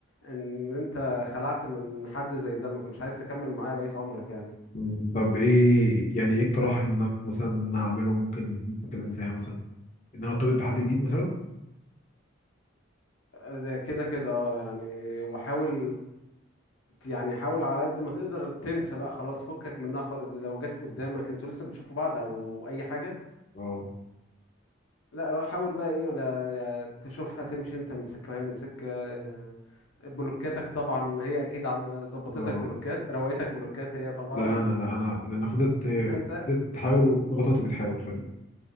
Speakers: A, on the left (about 80°); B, on the left (about 40°).
A: ان انت خلعت من حد زي ده ما كنتش عايز تكمل معاه بقية عمرك يعني
B: مم. طب ايه يعني ايه اقتراح انك مثلا إن أنا اعمله ممكن ممكن انساها مثلا ان انا ارتبط بحد جديد مثلا
A: ده كده كده اه يعني وحاول يعني حاول على قد ما تقدر تنسى بقى خلاص فكك منها خالص لو جت قدامك انتوا لسه بتشوفوا بعض او اي حاجة
B: اه
A: لا حاول بقى ايه ولا يعني تشوفها تمشي انت من سكة وهي من سكة آه، بلوكاتك طبعا هي اكيد عم ظبطتك
B: اه
A: بلوكات روقتك بلوكات هي طبعا
B: لا انا لا انا لان فضلت
A: <laughs> انت
B: فضلت تحاول وضغطاتي بتحاول فاهم